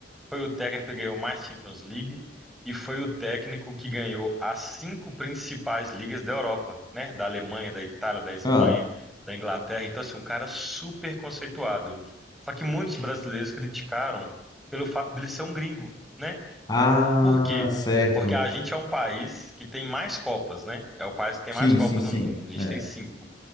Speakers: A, in the centre; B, on the left.
A: foi o técnico que ganhou mais Champions League e foi o técnico que ganhou as cinco principais ligas da Europa, né? Da Alemanha, da Itália, da Espanha,
B: Ah.
A: da Inglaterra. Então, assim, um cara super conceituado. Só que muitos brasileiros criticaram pelo fato dele ser um gringo, né?
B: Ah,
A: Por quê?
B: certo.
A: Porque a gente é um país que tem mais Copas, né? É o país que tem
B: Sim,
A: mais Copas
B: sim, sim.
A: no mundo. A gente
B: É.
A: tem cinco.